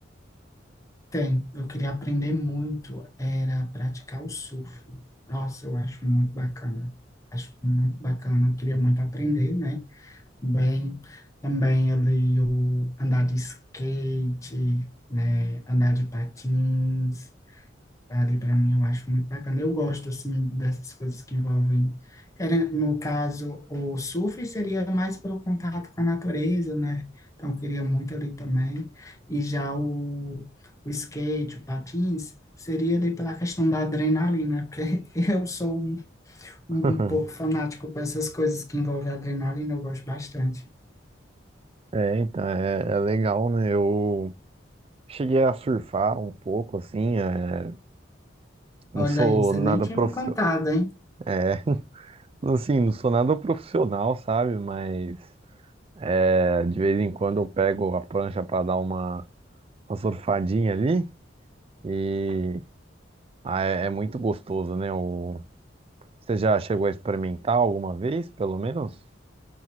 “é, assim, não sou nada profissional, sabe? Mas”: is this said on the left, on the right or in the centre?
Right